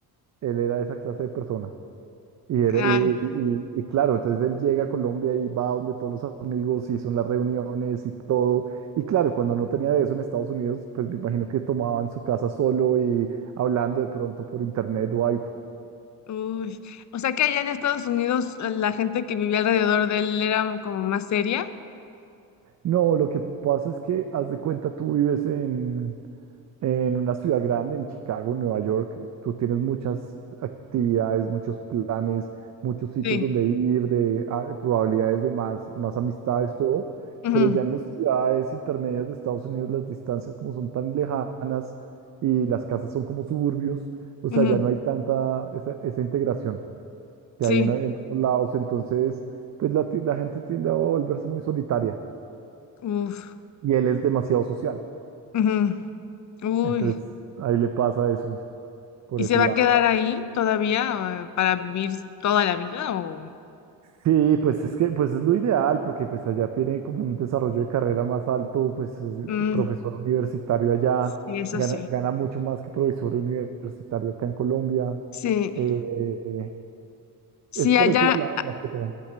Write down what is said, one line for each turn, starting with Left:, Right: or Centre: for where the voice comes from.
Right: Él era esa clase de persona. Y, era,
Left: ay,
Right: y, y- y claro, entonces él llega a Colombia y va donde todos los amigos y son las reuniones y todo. Y claro, cuando no tenía de eso en Estados Unidos, pues me imagino que tomaba en su casa solo y hablando de pronto por internet o algo.
Left: uy". O sea que allá en Estados Unidos eh, la gente que vivía alrededor de él era como más seria.
Right: No, lo que pasa es que, haz de cuenta, tú vives en... En una ciudad grande, en Chicago, en Nueva York, tú tienes muchas actividades, muchos planes, muchos sitios
Left: Sí.
Right: donde ir, de ah, probabilidades de más, más amistades, todo.
Left: ujú,
Right: Pero ya en las ciudades intermedias de Estados Unidos, las distancias como son tan lejanas y las casas son como suburbios, o
Left: ujú,
Right: sea, ya no hay tanta esa, esa integración que
Left: sí.
Right: hay en, en otros lados. Entonces, pues la, ti- la gente tiende a volverse muy solitaria
Left: Uf.
Right: y él es demasiado social.
Left: ujú, Uy.
Right: Entonces, ahí le pasa eso por
Left: ¿Y
Right: ese
Left: se va
Right: lado.
Left: a quedar ahí todavía eh, para vivir toda la vida o?
Right: Sí, pues es que pues es lo ideal porque pues allá tiene como un desarrollo de carrera más alto, pues es
Left: Mm,
Right: un profesor universitario allá
Left: sí, eso
Right: gana,
Left: sí.
Right: gana mucho más que profesor universitario acá en Colombia.
Left: Sí,
Right: Eh,
Left: sí
Right: es por
Left: allá,
Right: ese lado más que todo.